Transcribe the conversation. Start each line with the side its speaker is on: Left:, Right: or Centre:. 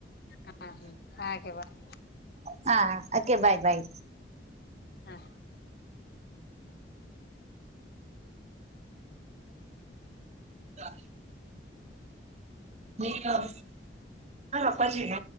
Left: ಹ ಹಾಗೆ ಬಾಯ್
Right: ಹಾ ಓಕೆ ಬಾಯ್ ಬಾಯ್.
Left: ಹಾ <inaudible>
Right: ಹ ನೀ ಯ ಅಪ್ಪಾಜಿ ಹ